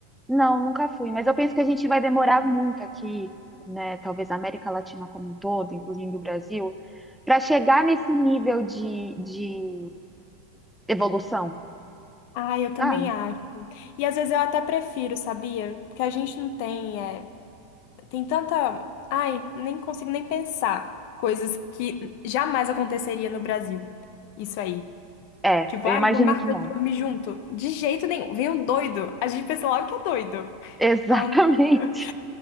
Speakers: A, in the centre; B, on the left.
A: Não, nunca fui, mas eu penso que a gente vai demorar muito aqui, né? Talvez a América Latina como um todo, incluindo o Brasil, para chegar nesse nível de, de evolução.
B: Ah, eu também
A: Ah,
B: acho. E às vezes eu até prefiro, sabia? Porque a gente não tem, é, Tem tanta. Ai, nem consigo nem pensar coisas que jamais aconteceria no Brasil. Isso aí.
A: é,
B: Tipo,
A: eu
B: ai,
A: imagino
B: vamos marcar
A: que não.
B: de dormir junto. De jeito nenhum. Vem um doido. A gente pensa logo que é doido.
A: Exatamente,
B: Falando. <laughs>